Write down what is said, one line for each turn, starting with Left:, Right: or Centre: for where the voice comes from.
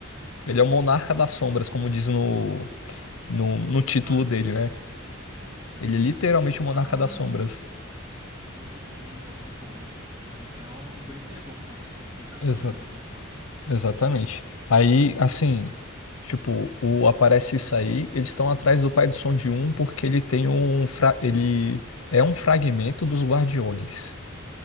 Left: Ele é o monarca das sombras, como diz no, no, no título
Right: acho,
Left: dele, né? Ele é literalmente o
Right: ah,
Left: monarca das sombras.
Right: entendi, então, um pouco, então, por isso que ele é tão forte, assim, que ele tá se
Left: Exa-
Right: tornando tão forte, né?
Left: exatamente. Aí, assim, tipo, o aparece isso aí, eles estão atrás do pai do som de um porque ele tem um fra ele é um fragmento dos guardiões.